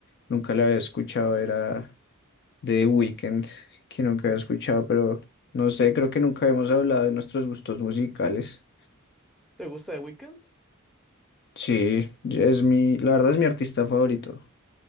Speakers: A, on the left; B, in the centre.
A: Nunca la había escuchado, era de The Weeknd, que nunca había escuchado, pero no sé, creo que nunca hemos hablado de nuestros gustos musicales.
B: ¿Te gusta The Weeknd?
A: Sí, es mi, la verdad es mi artista favorito.